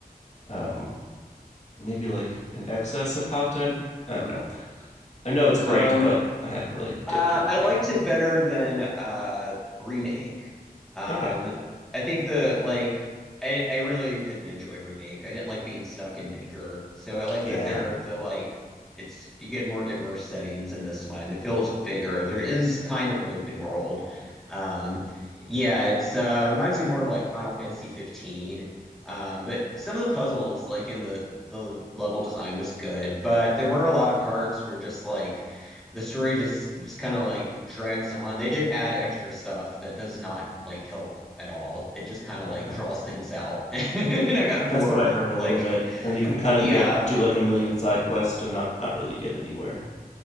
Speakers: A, on the left (about 45°); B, in the centre.
A: um maybe like an excess of content. I don't know. I know it's great,
B: Um,
A: but I haven't really
B: Uh,
A: dipped in
B: I
A: yet.
B: liked it better than uh, remake. Um,
A: Okay.
B: I think the like I, I really didn't enjoy remake. I didn't like being stuck in Midgar, so I like
A: Yeah.
B: that they are the like it's you get more diverse settings in this one. It feels bigger. There is kind of an open world. Um, yeah, it's uh, reminds me more of like Final Fantasy 15. Um, but some of the puzzles, like in the the level design was good, but there were a lot of parts where just like the story just just kind of like drags on. They did add extra stuff that does not like help at all. It just kind of
A: Okay.
B: like draws things out. <laughs> And I got
A: That's
B: bored
A: what I
B: and
A: heard a little
B: like
A: bit, and you can kind
B: yeah.
A: of get do like a million side quests and not not really get anywhere.